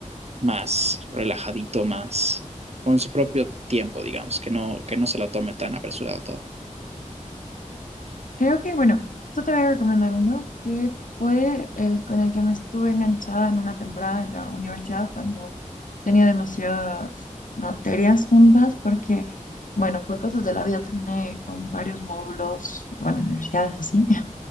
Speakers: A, on the right (about 55°); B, on the left (about 80°).
A: más relajadito, más con su propio tiempo, digamos, que no, que no se lo tome tan apresurado todo.
B: Creo que, bueno, esto te voy a recomendar uno que fue el con el que me estuve enganchada en una temporada en la universidad cuando tenía demasiadas materias juntas, porque, bueno, por cosas de la vida terminé con varios módulos, bueno, en universidades así, <laughs>